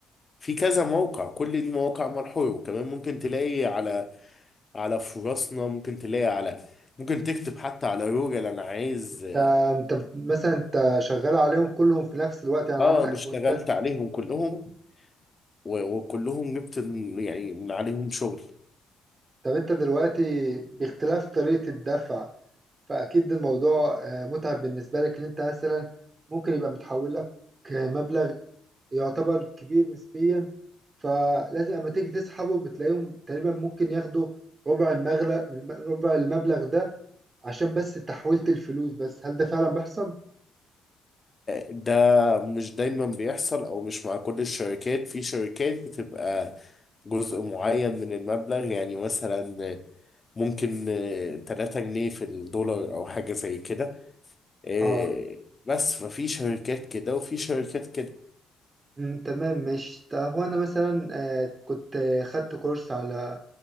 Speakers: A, on the left; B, on the right.
A: في كذا موقع كل دي مواقع مرحولة وكمان ممكن تلاقي على على فرصنا ممكن تلاقي على ممكن تكتب حتى على جوجل انا عايز اه
B: تا- أنت مثلا أنت شغال عليهم كلهم في نفس الوقت يعني
A: آه،
B: عامل
A: انا
B: أكونتات
A: اشتغلت عليهم كلهم و- وكلهم جبت من- يعني من عليهم شغل
B: طب أنت دلوقتي باختلاف طريقة الدفع فأكيد الموضوع آه، متعب بالنسبة لك إن أنت مثلا ممكن يبقى متحول لك آه، مبلغ يعتبر كبير نسبيا فلازم أما تيجي تسحبه بتلاقيهم تقريبا ممكن ياخدوا ربع المغلق ربع المبلغ ده عشان بس تحويلة الفلوس بس هل ده فعلا بيحصل؟
A: ده مش دايما بيحصل او مش مع كل الشركات في شركات بتبقى جزء معين من المبلغ يعني مثلا ممكن 3 جنيه في الدولار او حاجة زي كده إيه،
B: اه
A: بس ففي شركات كده وفي شركات كده
B: مم، تمام ماشي تا- هو انا مثلا آه، كنت آه، خدت كورس على